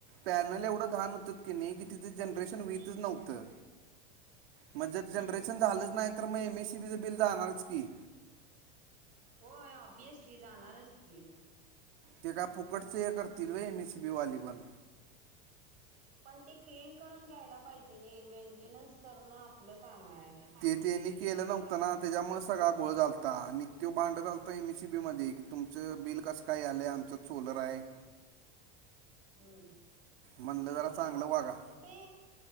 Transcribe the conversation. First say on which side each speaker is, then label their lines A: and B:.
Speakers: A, on the right; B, on the right.
A: पॅनेल एवढं घाण होतं की नाही, की तिथे जनरेशन व्हीतच नव्हतं.
B: <inaudible>
A: म्हणजे जनरेशन
B: हम्म
A: झालंच नाही, तर मग एम एसीबीचं बिल जाणारच की?
B: होय, औँब्यियसली जाणारच की.
A: ते का फुकटच हे करतील होय, एम एसी बी वालीपण.
B: पण ते क्लीन करून घ्यायला पाहिजे नाही, मेंटेनन्स करणं आपलं काम आहे.
A: ते तेनी केल नव्हत ना, त्याच्यामुळे सगळा घोळ झालता, आणि तो भांडत आलता एम एसी मध्ये तुमच बिल कस काय यालंय, आमच सोलर आहे?
B: हम.
A: म्हणलं जरा चांगलं वागा
B: ते